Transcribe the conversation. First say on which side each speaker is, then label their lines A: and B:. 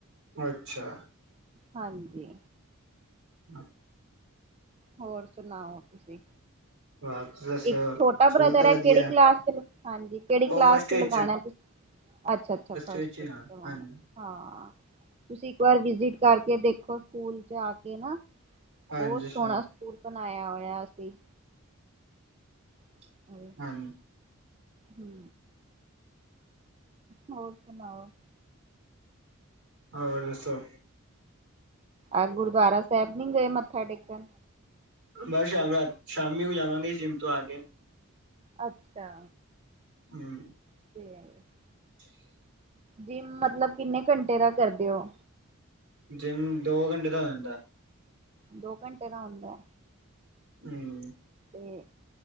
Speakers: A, on the right (about 70°); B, on the right (about 30°).
A: ਅੱਛਾ।
B: ਹਾਂਜੀ।
A: <inaudible>
B: ਹੋਰ ਸੁਨਾਓ, ਤੁਸੀ?
A: ਬਸ ਦੱਸੋ
B: ਇੱਕ ਛੋਟਾ ਬ੍ਰਦਰ
A: ਸਕੂਲ ਤਾਂ
B: ਐ,
A: ਵਧੀਆ।
B: ਕੇੜੀ ਕਲਾਸ ਚ, ਹਾਂਜੀ, ਕੇੜੀ
A: ਉਹ
B: ਕਲਾਸ
A: ਫਸਟ
B: ਚ
A: ਵਿੱਚ,
B: ਲਗਾਣੈ ਤੁਸੀ? ਅੱਛਾ, ਅੱਛਾ ਫਸਟ
A: ਵਿੱਚ
B: ਚ
A: ਹਾਂਜੀ,
B: ਕੰਰਵਾਨੈ ਹਾਂ, ਤੁਸੀ ਇੱਕ ਵਾਰ ਵਿਜਿ਼ਟ ਕਾਰਕੇ ਦੇਖੋ, ਸੁਕੂਲ ਚ ਆਕੇ ਨਾ।
A: ਹਾਂਜੀ
B: ਬੋਤ ਸੋਣਾ
A: ਸਰ,
B: ਸੁਕੂਲ ਬਣਾਯਾ ਹੋਐ ਅਸੀ। <inaudible>
A: ਹੂੰ।
B: ਹੂੰ। ਹੋਰ, ਸੁਨਾਓ
A: ਹੋਰ, ਦੱਸੋ?
B: ਆੱਜ ਗੁਰਦਾਰਾ ਸਾਬ ਨੀ ਗਏ ਮੱਥਾ ਟੇਕਨ?
A: ਮੈਂ ਸ਼ਾਮ-ਰਾਤ, ਸ਼ਾਮੀ ਵੀ ਜਾਵਾਂਗਾ ਜਿਮ ਤੋ ਆ ਕੇ
B: ਅੱਛਾ।
A: ਹੂੰ।
B: <unintelligible>
A: <inaudible>
B: ਜਿੱਮ ਮਤਲਬ, ਕਿੰਨੇ ਘੰਟੇ ਦਾ ਕਰਦੇ ਓ?
A: ਜਿੰਮ, ਦੋ ਘੰਟੇ ਦਾ ਹੋ ਜਾਂਦਾ।
B: ਦੋ ਘੰਟੇ ਦਾ ਹੁੰਦੈ।
A: ਹੂੰ।
B: ਤੇ,